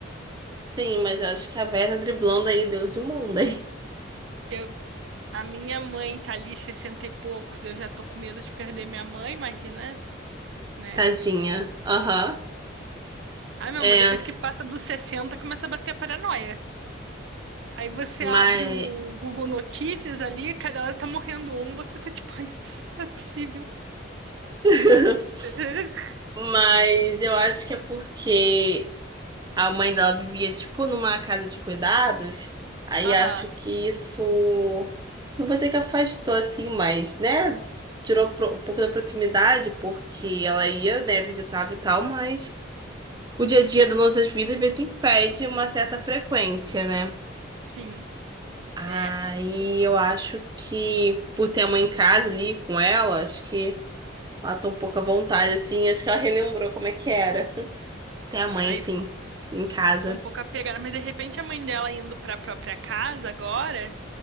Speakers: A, on the right; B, on the right.
A: sim, mas eu acho que a Vera tá driblando aí Deus e o mundo, hein?
B: Eu, a minha mãe tá ali 60 e poucos, eu já tô com medo de perder minha mãe, imagina, né?
A: Tadinha. Aham.
B: Ai, meu
A: É,
B: amor, depois que passa dos 60, começa a bater a paranoia. Aí você
A: mas.
B: abre o Google Notícias ali, cada hora tá morrendo um, você tá tipo, ai meu Deus, não é possível.
A: <laughs>
B: <laughs>
A: Mas eu acho que é porque a mãe dela vivia, tipo, numa casa de cuidados. Aí
B: Aham,
A: acho que isso. Não vou dizer que afastou assim, mas, né? Tirou pro- um pouco da proximidade, porque ela ia, né, visitava e tal, mas. o dia a dia das nossas vidas, às vezes, impede uma certa frequência, né?
B: sim,
A: Aí
B: é.
A: eu acho que, por ter a mãe em casa ali com ela, acho que matou um pouco a vontade, assim. Acho que ela relembrou como é que era <laughs> ter a mãe,
B: Aí
A: assim,
B: ficou,
A: em casa.
B: ficou um pouco apegada, mas de repente a mãe dela indo pra própria casa agora,